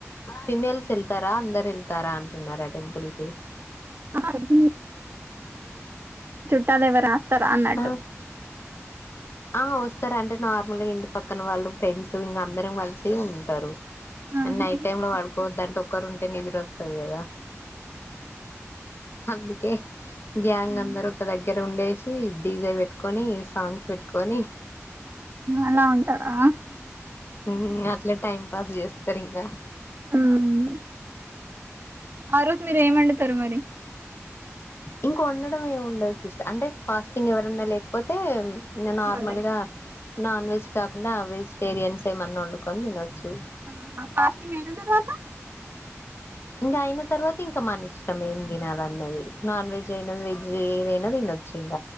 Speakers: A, on the left; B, on the right.
A: ఫిమేల్స్ ఎళ్తారా అందరెళ్తారా అంటున్నారా టెంపుల్ కి
B: అయితే ట్టాలెవర్ ఆస్తర్ అన్నట్టు.
A: ఆ ఆ వస్తరంటె నార్మల్గ ఇంటి పక్కన వాళ్ళు ఫ్రెండ్స్ ఇంగ అందరం వచ్చి ఉంటరు.
B: ఆహా
A: నైట్ టైమ్ లొ పడుకోవద్దంటె ఒక్కరుంటె నిద్రొస్ తది గద హందుకే గ్యాంగందరు
B: ఆ
A: ఒక దగ్గరుండేష్ సి డీజె వెట్కొని సాంగ్స్ పెట్కొని
B: అలా ఉంటారా
A: ఊమ్ అట్ల టైంపాస్ జేస్తరిగ
B: ఊమ్. ఆ రోజ్ మీరేమండుతరు మరి.
A: ఇంక ఒండడం ఏముండద్ సిస్ట్ అంటె ఫాస్టింగ్ ఎవరన్న లేక్పోతే మ్ ఇంగ నార్మల్గా
B: వాళ్ళకి
A: నాన్వెజ్ కాకుండ ఆ వెజ్టేరియన్సేమన్నొండుకొన్ దినొచ్చు.
B: ఊహు ఫాస్టింగ్ ఐన తర్వాత.
A: ఇంక ఐన తర్వాత ఇంక మనిష్టం ఏం దినాలన్నది నాన్వెజ్ ఐన వెజ్ ఏదై న దినచ్చింగ.